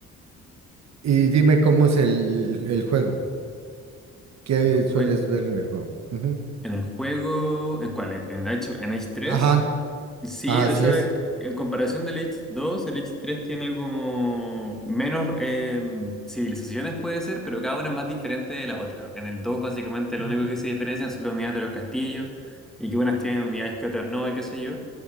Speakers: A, on the right; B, in the centre.
A: Y dime cómo es el, el juego. ¿Qué
B: El juego.
A: sueles ver en el juego? Ujú.
B: En el juego, ¿en cuál? ¿En, en Age, en Age tres.
A: Ajá,
B: Sí,
A: ajá,
B: o
A: así
B: sea,
A: es.
B: en comparación del Age dos, el Age tres tiene como menos eh, civilizaciones, puede ser, pero cada una es más diferente de la otra. En el 2, básicamente, lo
A: Ujú.
B: único que se diferencian son las unidades de los castillos y que unas tienen unidades que otras no, y qué sé yo.